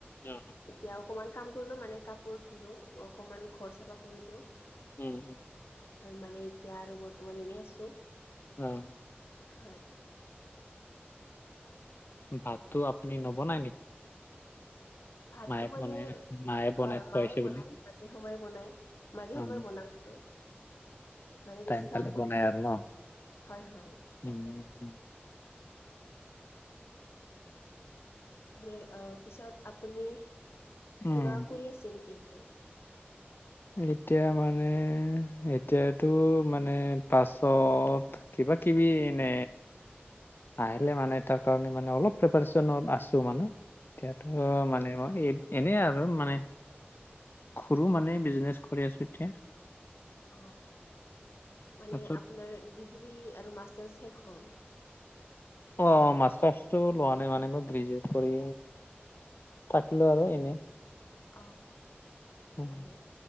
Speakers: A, on the left; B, on the left.
A: অ।
B: এতিয়া অকমান কাম কৰিলোঁ, মানে কাপোৰ ধুলো, অকমান ঘৰ চাফা কৰিলোঁ।
A: উম উ।
B: হয় মানে এতিয়া আৰু বৰ্তমান এনেই আছো।
A: অহ।
B: হয়।
A: ভাতো আপুনি নবনাই নেকি?
B: ভাতটো
A: মায়ে
B: মানে
A: বনাই মায়ে বনাই
B: হয়
A: খুৱাইছে
B: মায়ে বনায়
A: বুলি
B: ৰাতি সময়ে বনায়। মাজে
A: অ',
B: সময়ে বনাও আৰু। মানে বেছিভাগ
A: টাইম পালে
B: মায়ে,
A: বনাই আৰু ন
B: হয় হয়।
A: <unintelligible>
B: মানে অ পিছত আপুনি
A: উম।
B: কিবা কৰি আছে নেকি এতিয়া?
A: এতিয়া মানে এতিয়াতো মানে পাছত কিবা কিবি এনে আহিলে মানে তাৰ কাৰণে মানে অলপ প্ৰিপাৰেচন আছোঁ মানে। তেয়া ত
B: অ',
A: মানে মই এনে আৰ। আৰু মানে ঘৰু মানে বিজনেচ কৰি আছো এতিয়া।
B: অ মানে
A: পাছত
B: আপোনাৰ ডিগ্ৰী আৰু মাষ্টাৰ শেষ হ'ল।
A: অ মাষ্টাৰ্চটো লোৱা নাই মানে মই গ্ৰেজুৱেট কৰি থাকিলো আৰু এনে।
B: অ।
A: উহ
B: ভালে